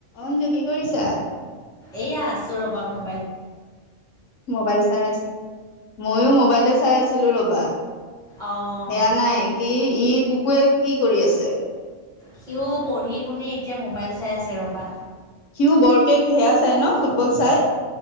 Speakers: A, on the left; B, in the centre.
A: অঞ্জু কি কৰিছা?
B: এইয়া আছো ৰ'বা মোৰ
A: মোবাইল চাই আছে। মইয়ো মোবাইলে চাই আছিলো ৰ'বা।
B: অঁ
A: সেয়া নাই। কি ই পুকুৱে কি কৰি আছে?
B: সিও পঢ়ি শুনি এতিয়া মোবাইল চাই আছে ৰ'বা।
A: সিও বৰকে সেয়া চাই ন? ফুটবল চায়।